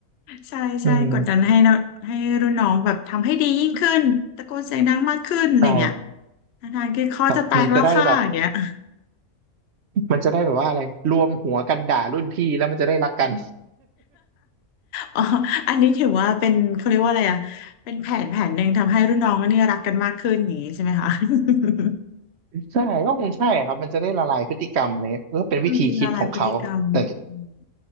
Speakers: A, on the left; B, on the right.
A: ใช่ใช่กดดันให้เราให้รุ่นน้องแบบทำให้ดียิ่งขึ้นตะโกนเสียงดังมากขึ้นอะไรเงี้ย
B: อืมใช่
A: อาจารย์คือคอจะแตกแล้วค่ะอย่างเงี้ย
B: ครับมันจะได้แบบ
A: <laughs>
B: มันจะได้แบบว่าอะไรรวมหัวกันด่ารุ่นพี่แล้วมันจะได้รักกัน
A: อ๋ออันนี้ถือว่าเป็นเขาเรียกว่าอะไรอ่ะเป็นแผนแผนหนึ่งทำให้รุ่นน้องเนี่ยรักกันมากขึ้นอย่างนี้ใช่ไหมคะ <laughs>
B: ใช่ก็คงใช่ครับมันจะได้ละลายพฤติกรรมอะไรเลยก็เป็นวิธีคิดของเขาแต่
A: อืมจริงละลายพฤติกรรมอืม